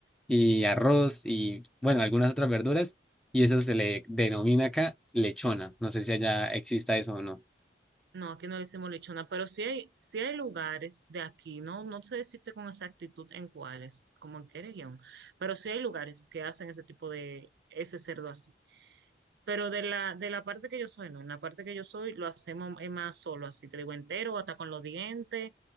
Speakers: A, in the centre; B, on the right.
A: y arroz y, bueno, algunas otras verduras. Y eso se le denomina acá lechona. No sé si allá exista eso o no.
B: No, aquí no le hicimos lechona, pero sí hay, sí hay lugares de aquí, no, no sé decirte con exactitud en cuáles, como en qué región, pero sí hay lugares que hacen ese tipo de, ese cerdo así. Pero de la, de la parte que yo soy, no, en la parte que yo soy lo hacemos es más solo, así te digo entero, hasta con los dientes,